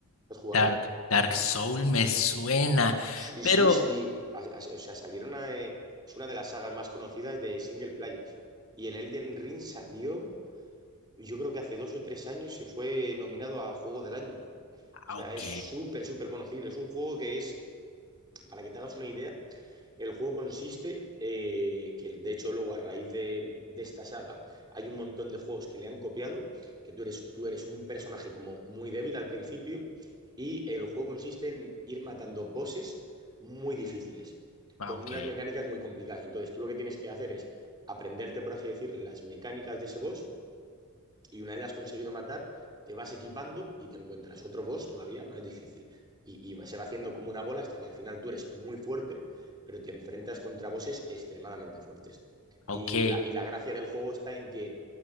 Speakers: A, on the right (about 20°); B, on the left (about 80°).
A: ¿Has jugado?
B: Dark, Dark Soul me suena,
A: Sí,
B: pero
A: sí, sí. A- a- O sea, salieron a, eh, es una de las sagas más conocidas de single players. Y el Elden Ring salió, yo creo que hace dos o tres años y fue nominado a Juego del Año. O
B: ah,
A: sea,
B: ok,
A: es súper, súper conocido. Es un juego que es, para que te hagas una idea, el juego consiste, eh, que de hecho luego a raíz de, de esta saga hay un montón de juegos que le han copiado, que tú eres, tú eres un personaje como muy débil al principio y el juego consiste en ir matando bosses muy difíciles,
B: ah,
A: con
B: ok,
A: unas mecánicas muy complicadas. Entonces tú lo que tienes que hacer es aprenderte, por así decir, las mecánicas de ese boss y una vez la has conseguido matar, te vas equipando y te encuentras otro boss todavía más difícil. Y, y, se va haciendo como una bola hasta que al final tú eres muy fuerte, pero te enfrentas contra bosses extremadamente fuertes.
B: ok.
A: Y la, y la gracia del juego está en que